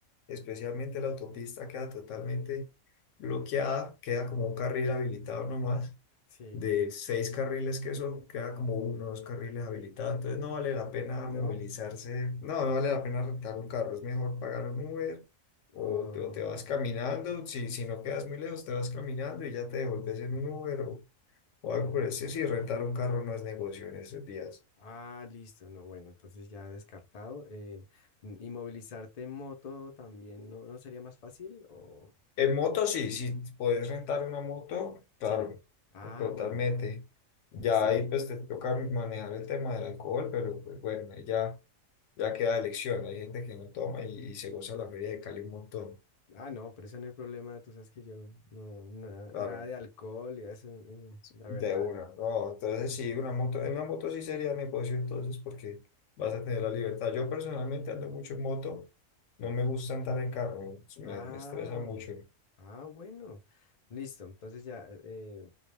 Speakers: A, on the left; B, on the left.
A: especialmente la autopista queda totalmente bloqueada, queda como un carril habilitado nomás
B: sí,
A: de seis carriles que eso queda como uno o dos carriles habilitados, entonces no vale la pena
B: ¿no?
A: movilizarse, no, no vale la pena rentar un carro, es mejor pagar un Uber
B: Oh,
A: o te, o te vas caminando, si, si no quedas muy lejos te vas caminando y ya te devuelves
B: sí.
A: en un Uber o, o
B: oh, oh.
A: algo por el estilo, sí, rentar un carro no es negocio en estos días.
B: Ah, listo, no, bueno, entonces ya descartado. Eh, n- ¿y movilizarte en moto también no, no sería más fácil? O,
A: En
B: o-
A: moto sí, si puedes rentar una moto, claro,
B: sí. Ah,
A: totalmente.
B: bueno,
A: Ya
B: listo.
A: ahí pues te toca manejar el tema del alcohol, pero pues bueno, ahí ya Ya queda elección, hay gente que no toma y, y se goza la feria de Cali un montón,
B: Ah, no, pero eso no hay problema, tú sabes que yo no, na-
A: claro,
B: nada, de alcohol y eso, eh, la
A: de
B: verdad.
A: una, no, entonces sí, una moto, en una moto sí sería negocio entonces porque vas a tener la libertad. Yo personalmente ando mucho en moto, no me gusta andar en carro, me,
B: Ah,
A: me estresa mucho.
B: ah, bueno. Listo. Entonces ya, eh,